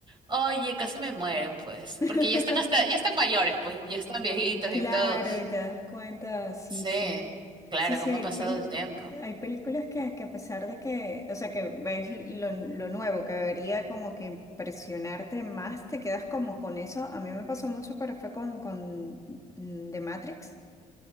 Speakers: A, on the right; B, on the left.
A: Oye, casi me muero, pues,
B: <laughs>
A: porque ya están hasta, ya están mayores, pues, ya están viejitos
B: Claro,
A: y todo.
B: y te das cuenta, sí,
A: Sí,
B: sí.
A: claro,
B: Sí, sí,
A: cómo
B: hay
A: ha pasado
B: peli-
A: el tiempo.
B: hay películas que, que a pesar de que, o sea, que ves lo, lo nuevo, que debería como que impresionarte más, te quedas como con eso. A mí me pasó mucho, pero fue con, con mm, The Matrix.